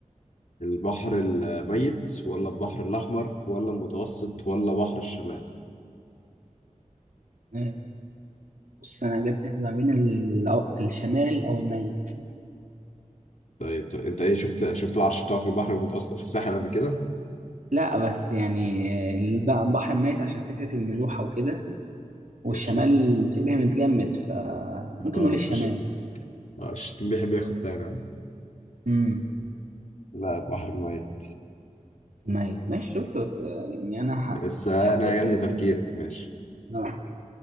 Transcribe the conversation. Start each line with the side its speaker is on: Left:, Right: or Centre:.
Left: البحر الميت ولا البحر الاحمر ولا المتوسط ولا بحر الشمال؟
Right: آه، بص انا اجابتي هتبقى بين ال- الشمال او الميت
Left: طيب طيب، انت ايه شفت شفت العرش بتاعه في البحر المتوسط في الساحل قبل كده؟
Right: لا بس يعني آه، الب- البحر الميت عشان فكرة الملوحة وكده والشمال
Left: ماشي
Right: شبه متجمد فممكن
Left: اه
Right: نقول الشمال
Left: فش... اه الشيطان بيحب ياخد تاني ها؟
Right: امم
Left: لا بحر الميت
Right: ميت ماشي شفت بس آه، يعني انا ح-
Left: بس انا
Right: حصلت
Left: عجبني
Right: كتير.
Left: تفكيرك ماشي
Right: آه.